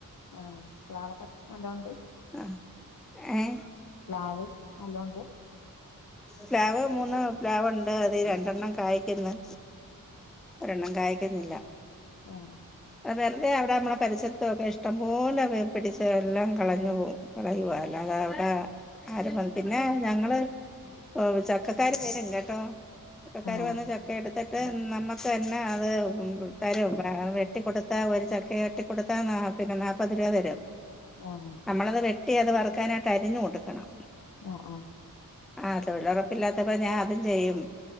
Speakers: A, on the left (about 80°); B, in the centre.
A: ആ പ്ലാവൊക്കെ നല്ലോണ്ട്
B: ആഹ് ഏഹ്
A: പ്ലാവ് നല്ലോണ്ട്
B: പ്ലാവ് മൂന്ന് പ്ലാവൊണ്ട് അതി രണ്ടെണ്ണം കായ്ക്ക്ന്ന് ഒരെണ്ണം കായിക്കുന്നില്ല
A: ഉം
B: അത് വെറുതെ അവിടെ നമ്മടെ പരിസരത്തൊക്കെ ഇഷ്ടംപോലെ വേ പിടിച്ച് എല്ലാം കളഞ്ഞു പോവും കളയുവാ അല്ലാതെ അവിടെ ആരും വന്ന് പിന്നെ ഞങ്ങള് ഓഹ് ചക്കക്കാര് വരും കേട്ടോ ചക്കക്കാര്
A: ആഹ്
B: വന്ന് ച ക്ക എടുത്തിട്ട് നമ്മക്ക് തന്നെ അത് ഉം തരും വ വെട്ടിക്കൊടുത്താ ഒരു ചക്കയൊ ട്ടി കൊടുത്താ നാ പിന്നെ നാപ്പത് രൂപ തരും
A: ആഹ്
B: നമ്മളത് വെട്ടി അത് വറുക്കാനായിട്ട് അരിഞ്ഞു കൊടുക്കണം
A: ആഹ് ആഹ്
B: ആഹ് തൊഴിലുറപ്പില്ലാത്തപ്പോ ഞാൻ അതും ചെയ്യും